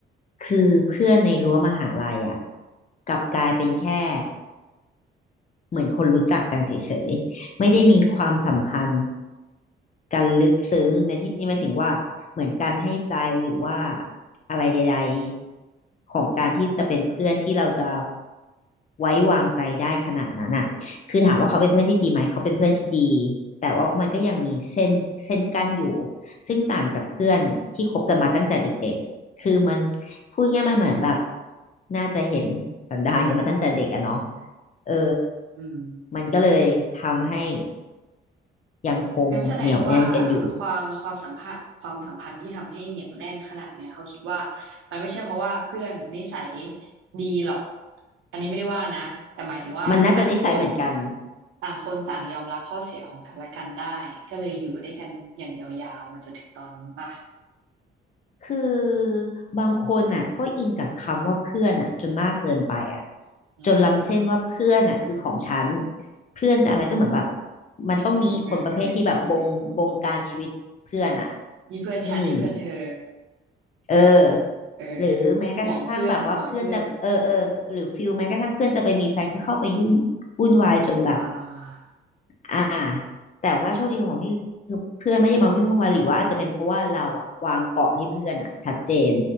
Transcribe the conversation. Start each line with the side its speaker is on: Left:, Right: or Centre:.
Left: คือเพื่อนในรั้วมหาลัยอ่ะกลับกลายเป็นแค่เหมือนคนรู้จักกันเฉยๆไม่ได้มีความสัมพันธ์ การลึกซึ้งในที่นี้หมายถึงว่าเหมือนการให้ใจหรือว่าอะไรใดๆของการที่จะเป็นเพื่อนที่เราจะ
Right: อืม
Left: ไว้วางใจได้ขนาดนั้นอ่ะคือถามว่าเขาเป็นเพื่อนที่ดีไหมเขาเป็นเพื่อนที่ดีแต่ว่ามันก็ยังมีเส้นเส้นกั้นอยู่ซึ่งต่างจากเพื่อนที่คบกันมาตั้งแต่เด็กๆคือมันพูดง่ายๆมันเหมือนแบบน่าจะเห็นสันดานกันมาตั้งแต่เด็กอะเนาะเออ
Right: อืม
Left: มันก็เลยทำให้ยังคงเหนียวแน่นกันอยู่
Right: งั้นแสดงว่าความความสัมพันธ์ความสัมพันธ์ที่ทำให้เหนียวแน่นขนาดเนี้ยเขาคิดว่ามันไม่ใช่เพราะว่าเพื่อนนิสัยดีหรอกอันนี้ไม่ได้ว่านะแต่หมายถึงว่าต่างคน
Left: มันน่าจะนิสัยเหมือนกัน
Right: ต่างคนต่างยอมรับข้อเสียของกันและกันได้ก็เลยอยู่ได้กันอย่างยาวๆมาจนถึงตอนนี้ป่ะ
Left: คือบางคนอ่ะก็อินกับคำว่าเพื่อนอ่ะจนมากเกินไปอ่ะ
Right: อืม
Left: จนล้ำเส้นว่าเพื่อนอ่ะคือของฉัน เพื่อนจะอะไรก็เหมือนแบบมันต้องมีคนประเภทที่แบบบงบงการชีวิตเพื่อนอ่ะ
Right: เออเออเออเก็ตเก็ตนี่เพื่อนฉันนี่เพื่อนเธอ
Left: อืม เออ
Right: เออ
Left: หรือแม้กระทั่งแบบว่าเพื่อนจะเออเออหรือฟิลแม้กระทั่งเพื่อนจะไปมีแฟนก็เข้าไปยุ่งวุ่นวายจนแบบ
Right: ห่วงเพื่อนห่วงเพื่อนอ่า
Left: อ่าแต่ว่าโชคดีของพี่คือเพื่อนไม่ได้มาวิ่งวุ่นวายหรือว่าอาจจะเป็นเพราะว่าเราอะวางกรอบให้เพื่อนอะชัดเจน